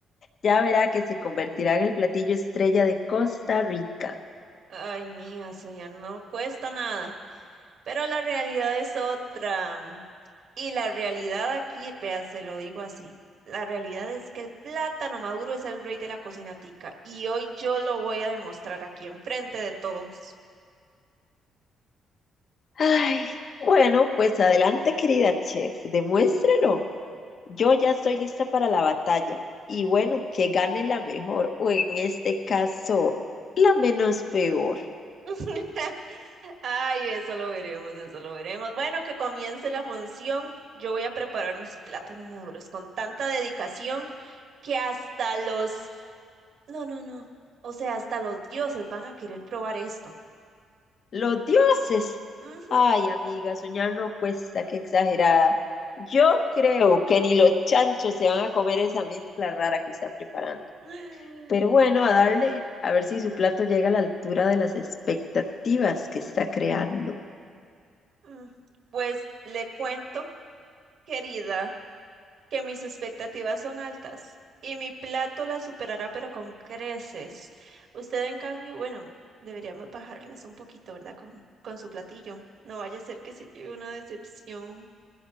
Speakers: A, on the left; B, on the right.
A: Ya verá que se convertirá en el platillo estrella de Costa Rica.
B: Ay, mija, soñar no cuesta nada, pero la realidad es otra. mm, Y la realidad aquí, vea, se lo digo así. La realidad es que el plátano maduro es el rey de la cocina tica y hoy yo lo voy a demostrar aquí enfrente de todos.
A: Ay, bueno, pues adelante, querida chef, demuéstrelo. Yo ya estoy lista para la batalla. Y bueno, que gane la mejor, o en este caso, la menos peor.
B: <laughs> Ay, eso lo veremos, eso lo veremos. Bueno, que comience la función. Yo voy a preparar mis plátanos maduros con tanta dedicación que hasta los... No, no, no. O sea, hasta los dioses van a querer probar esto.
A: Los dioses.
B: Ujú.
A: Ay, amiga, soñar no cuesta, qué exagerada. Yo creo que ni los chanchos se van a comer esa mezcla rara que está preparando.
B: <laughs>
A: Pero bueno, a darle, a ver si su plato llega a la altura de las expectativas que está creando.
B: Mm, Pues le cuento, querida. que mis expectativas son altas y mi plato las superará, pero con creces. Usted, en cambio, bueno, deberíamos bajarlas un poquito, ¿verdad? Con, con su platillo. No vaya a ser que se lleve una decepción.